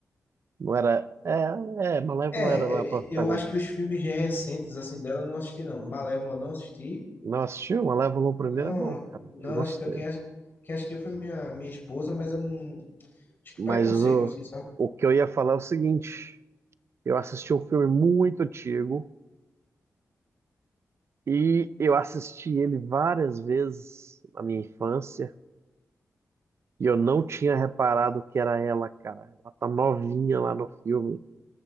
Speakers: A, on the right; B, on the left.
A: não era... É, é, Malévola
B: É,
A: era lá pra protagonista.
B: eu acho que os filmes recentes assim dela eu não assisti não. Malévola não assisti.
A: Não assistiu? Malévola o primeiro
B: Não,
A: é bom, cara.
B: não
A: Eu gostei.
B: assisti. não. Quem, ass- quem assistiu foi minha, minha esposa, mas eu não. Acho que
A: Mas
B: preconceito
A: o,
B: assim, sabe?
A: o que eu ia falar é o seguinte. Eu assisti um filme muito antigo, E eu assisti ele várias vezes na minha infância e eu não tinha reparado que era ela, cara. Ela tá novinha lá no filme.